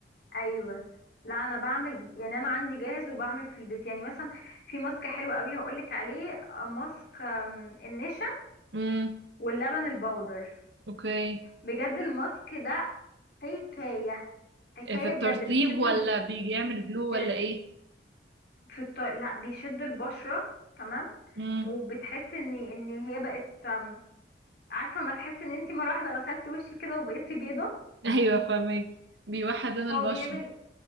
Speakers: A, on the left; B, on the right.
A: ايوه لا انا بعمل يعني انا عندي جاهز وبعمل في البيت يعني مثلا في ماسك حلو قوي هقولك عليه آه، ماسك آم، النشا
B: امم
A: واللبن البودر
B: اوكي
A: بجد الماسك ده حكاية حكاية
B: إيه في الترطيب
A: بجد بيشدوا
B: ولا
A: ال...
B: بيعمل جلو
A: في
B: ولا ايه
A: في الط... لا بيشدوا البشرة تمام
B: امم
A: وبتحس ان ان هي بقت أم، عارفة ما تحس ان انتي مرة واحدة غسلت وشك كده وبقيتي بيضة
B: <laughs> ايوه فاهمك بيوحد لون
A: هو
B: البشرة
A: بيعمل